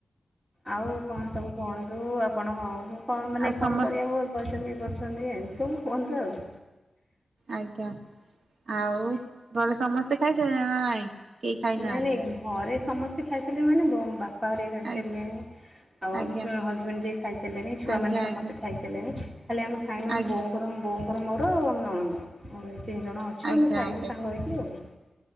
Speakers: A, on the right; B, on the right.
A: ଆଉ କଣ ସବୁ କୁହନ୍ତୁ ଆପଣଙ୍କୁ କଣ ମାନେ
B: ଆଉ ସମସ୍ତ
A: କଣ କରିବାକୁ ଭ ଯାଉଛନ୍ତି ଇଏ କରୁଛନ୍ତି ଏମତି ସବୁ କୁହନ୍ତୁ ଆଉ‌
B: ଆଜ୍ଞା ଆଉ ଘରେ ସମସ୍ତେ ଖାଇ ସାଇଲେଣି ନା ନାଇଁ। କେହି ଖାଇନାହାନ୍ତି?
A: ନାଇଁ ନାଇଁ ଘରେ ସମସ୍ତେ ଖାଇ ସାଇଲେଣୀ ମାନେ ବ ବାପା। ତ ରେ ଖାଇସାରିଲଣି
B: ଆଜ୍ଞା
A: ଆଉ ଆମ
B: ଆଜ୍ଞା
A: ହଜବେଣ୍ଡ ଯିଏ ଖାଇସାରିଲେଣି ଛୁଆ
B: ଆଜ୍ଞା
A: ମାନ ସମସ୍ତେ
B: ଆଜ୍ଞା
A: ଖାଇସା ଇଲେଣି ଖାଲି ଆମେ ଖାଇନୁ ଆମ
B: ଆଜ୍ଞା
A: ବୋଉଙ୍କର ବୋଉଙ୍କର ମୋର ଆମ ନଣନ୍ଦ ଏଇ ତିନି ଜଣ ଅ ଅଛୁ
B: ଆଜ୍ଞା
A: ଆମେ ଖାଇବୁ
B: ଆଜ୍ଞା।
A: ସାଙ୍ଗ ହେଇକି ଆଉ।